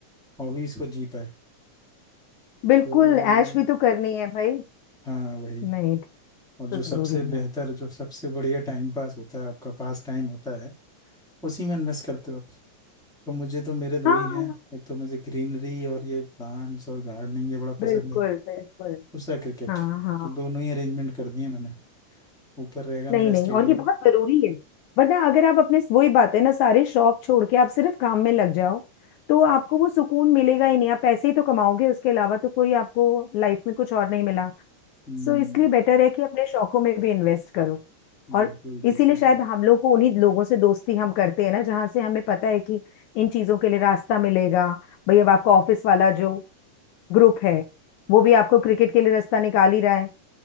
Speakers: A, in the centre; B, on the left (about 75°).
A: हॉबीज को जी पाए
B: बिल्कुल
A: तो
B: ऐश भी तो करनी है भाई
A: हाँ वही
B: नहीं तो
A: और जो सबसे
B: जरूरी
A: बेहतर
B: है
A: जो सबसे बढ़िया टाइम पास होता है आपका पास टाइम होता है उसी में इन्वेस्ट करते हो आप तो मुझे तो मेरे दो
B: हाँ
A: ही हैं एक तो मुझे ग्रीनरी और ये प्लांट्स और गार्डनिंग ये बड़ा
B: बिल्कुल
A: पसंद है
B: बिल्कुल
A: दूसरा क्रिकेट
B: हाँ हाँ
A: तो दोनों ही अरेंजमेंट कर दिए मैंने ऊपर रहेगा
B: नहीं
A: मेरा
B: नहीं
A: स्टेडियम
B: और ये बहुत जरूरी है वरना अगर आप अपने वही बात है ना सारे शौक छोड़ के आप सिर्फ काम में लग जाओ तो आपको वो सुकून मिलेगा ही नहीं आप पैसे ही तो कमाओगे उसके अलावा तो कोई आपको लाइफ में कुछ और नहीं मिला
A: हम्म,
B: सो इसलिए बेटर है कि अपने शौकों में भी इन्वेस्ट करो और
A: बिल्कुल बिल्कुल
B: इसीलिए शायद हम लोग को उन्हीं लोगों से दोस्ती हम करते हैं ना जहाँ से हमें पता है कि इन चीजों के लिए रास्ता मिलेगा भाई अब आपका ऑफिस वाला जो ग्रुप है वो भी आपको क्रिकेट के लिए रास्ता निकाल ही रहा है